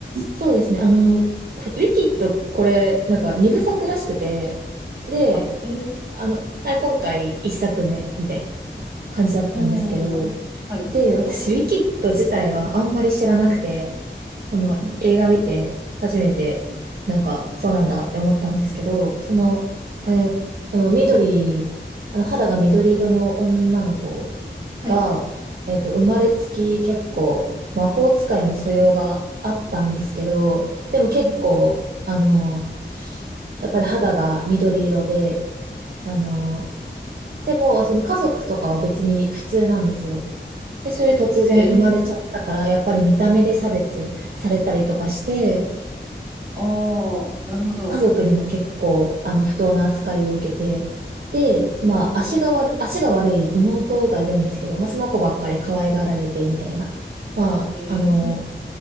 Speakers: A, on the right; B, on the right.
A: そうですね。あの、こウィキッド、これ、なんか二部作らしくて、で、
B: あ、ええ、
A: あの、はい今回一作目みたいな感じだったんですけど、
B: おー、はい、
A: で、私、ウィキッド自体はあんまり知らなくて、その映画見て初めて、
B: うん
A: なんか、そうなんだって思ったんですけど、その、えーその緑、あの肌が緑色の女の子
B: はい。
A: が、えっと、生まれつき結構魔法使いの素養があったんですけど、でも結構、
B: うんうん
A: あの、やっぱり肌が緑色で、あの、でも、その家族とかは別に普通なんですよ。で、それで突然生まれちゃったから、
B: ええ、
A: やっぱり見た目で差別されたりとかして、
B: ああ、なるほど。
A: 家族にも結構、あの、不当な扱いを受けて、で、まあ、
B: ああ、
A: 足が悪い、足が悪い妹がいるんですけど、まあ、その子ばっかり可愛がられて、みたいな。まあ、
B: ええ、
A: あの、